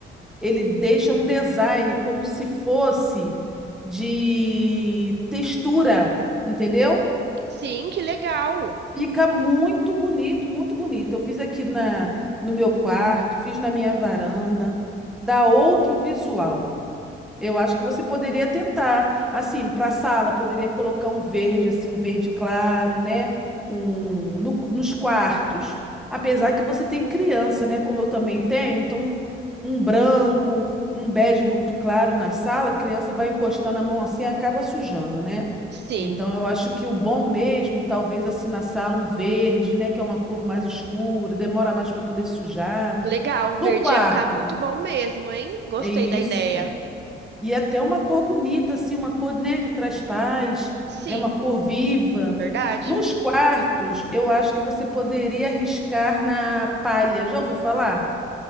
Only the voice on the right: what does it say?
Sim, que legal.
Sim,
legal.
Verde
ia ficar muito bom mesmo, hein? Gostei
da ideia.
Sim,
verdade.